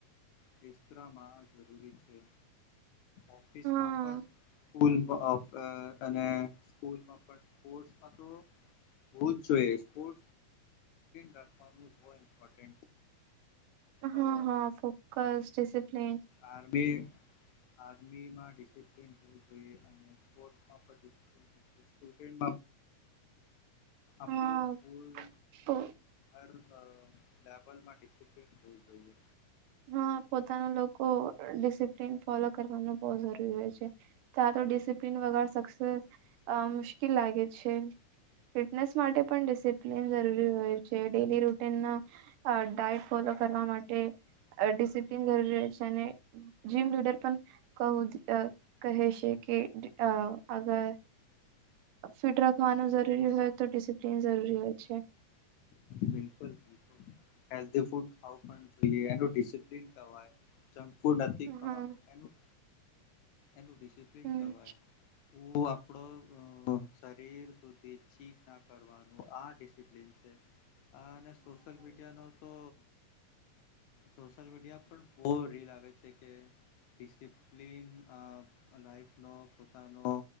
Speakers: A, on the left; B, on the right.
A: કેસ્રામાં જરૂરી છે. ઓફિસમાં
B: હા
A: પણલ અ અને સ્કૂલમાં પણ સ્પોટ જોઈપર્્ રાવાનું <unintelligible> ઇમ્પોર્ છે.
B: હા
A: અ
B: હા ફોકસ ડિસિપ્લીન
A: આમી આર્મીમાં ડિસપ્નવું જોઈએ અને સ્પોર્ટ માફ દશું આપપડો
B: હા
A: ફૂલ
B: તો
A: હર લેવલમાં ડિપ્ થું જોઈએ
B: હા પોતાના લોકો ડિસપ્ ફોલો કરવાનું બ જરૂરી હોય છે તો ડિસિપ્લન વગર સસે અ મુશ્કેલ લાગે છે. ફિટનેસ માટે પણ ડિસિપ્લિન જરૂરી હોય છે ડેલી રૂટીન અ ડાયટ ફોલો કરવા માટે ડિસિપ્લન જરૂરી છે અને જીમ લીડર પણ ક કહે છે કે અ અગર ફિટ રાખવાનું જરૂરી હોય તો ડિસિપ્લિન જરૂરી હોય છે.
A: બિલકુલ હેલ્ ફૂડ ખું પણ જોઈએ એિસપ્ન કવાય સંકુ ન તમારનું
B: હા
A: એનું ડિસિપ્લિન
B: હમ
A: કહેવાય. આપડો શરીર સુધીી <inaudible> ના કર કરવાનું આ ડિસિપ્લીન છે. હા, અને સોશિયલ મીડિયા નું તો સોશિયલ મીડિયા પણ... બહુ રીલ આવે છે કે ડિસિપ્લન. અ... લાઈફ નો પોતાનો